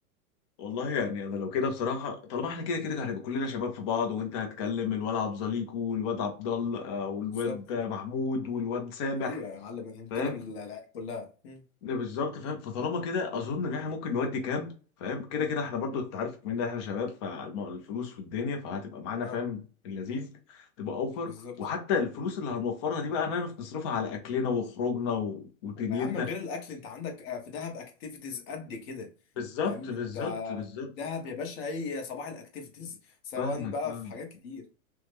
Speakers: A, on the left; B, on the left.
A: والله يعني انا لو كده بصراحه طالما احنا كده كده هنبقى كلنا شباب في بعض وانت هتكلم الواد عبد زليكو والواد عبد الله آه، والواد
B: بالظبط
A: محمود والواد سامح
B: ايوه يا معلم احنا هنتكلم
A: فاهم
B: العيال كلها مم.
A: ده بالظبط فاهم فطالما كده اظن ان احنا ممكن نودي كامب فاهم كده كده احنا برضو انت عارف ان احنا شباب فالفلوس والدنيا فهتبقى معانا
B: اه
A: فاهم اللذيذ تبقى اوفر
B: بالظبط
A: وحتى الفلوس اللي هنوفرها دي بقى هنعرف نصرفها على اكلنا وخروجنا و... ودنيتنا
B: يا عم غير الاكل انت عندك آه، في دهب اكتيفيتيز قد كده
A: بالظبط
B: فاهم
A: بالظبط
B: انت
A: بالظبط
B: دهب يا باشا هي صباح الاكتيفيتيز سواء
A: فاهمك
B: بقى
A: فاهم
B: في حاجات كتير